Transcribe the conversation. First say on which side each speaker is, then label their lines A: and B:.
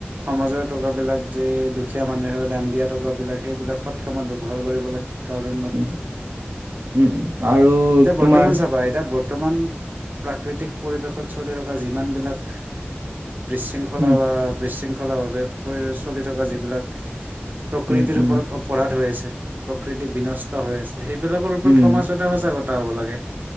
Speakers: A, on the right (about 50°); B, on the right (about 65°).
A: সমাজৰ টকাবিলাক যে দুখীয়া মানুহে দান দিয়া টকাবিলাক সেইবিলাক সৎ কামত ব্যৱহাৰ কৰিব লাগে। কাৰণ
B: উ উম উ আৰু
A: এতিয়া বৰ্তমান
B: তোমাৰ
A: চাবা এতিয়া বৰ্তমান প্ৰাকৃতিক পৰিৱেশত চলি থকা যিমানবিলাক বৃশৃংখলা
B: উম,
A: বা বৃশৃংখ শৃংখলা ভাৱে পৰি চলি থকা যিবিলাক প্ৰকৃতিৰ
B: উম, উম,
A: ওপৰত অপৰাধ হৈ আছে প্ৰকৃতি বিনষ্ট হৈ আছে। সেইবিলাকৰ ওপৰত
B: উম,
A: সমাজতে সজাগতা হ'ব লাগে।